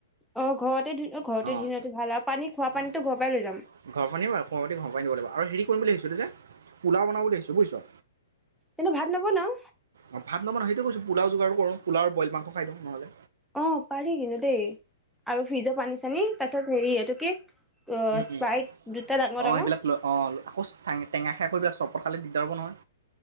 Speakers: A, in the centre; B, on the right.
A: অ ঘৰতে ধ ঘৰতে
B: অঁ
A: ধুনটো ভাল আৰু পানী খোৱা পানীটো
B: অঁ
A: ঘৰৰ পৰাই লৈ যাম।
B: ঘৰৰ পানী অকণমান পাতি ঘৰৰ পানী দিব লাগিব আৰু হেৰি কৰিম বুলি ভাবিছোঁ যে। পোলাও বনাম বুলিভাবিছোঁ বুজিছঁ,
A: অনু ভাত নবনাও?
B: অঁ ভাত নবনাও সেইটো কছো পোলাও যোগাৰ কৰো পোলাও বইল মাং খাইওঁ নহ'লে।
A: অ পাৰি কিন্তু। দেই আৰু ফিজৰ পানী চানী তাৰ পিছত হেৰি এইটো কি অ
B: উম
A: স্প্ৰাইট
B: উম
A: দুটা ডাঙৰ
B: অ
A: ডাঙৰ
B: এইবিলাক ল অ আকৌ টেঙা খৈ এইবিলাক চব খালি দিগদাৰ হ'ব নহয়,